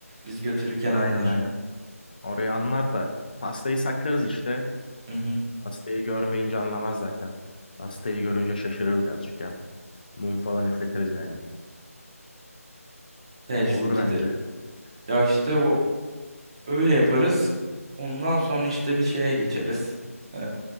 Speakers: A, on the right (about 20°); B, on the left (about 35°).
A: Biz götürürken
B: Aynen
A: anlar.
B: aynen. Orayı anlar da pastayı saklarız işte.
A: Hı hı.
B: Pastayı görmeyince anlamaz zaten. Pastayı görünce şaşırır birazcık ya. Mum falan üfletiriz yani.
A: Ya işte
B: Olur
A: gide.
B: bence.
A: Ya işte o öyle yaparız. Ondan sonra işte bir şeye geçeriz. Ee,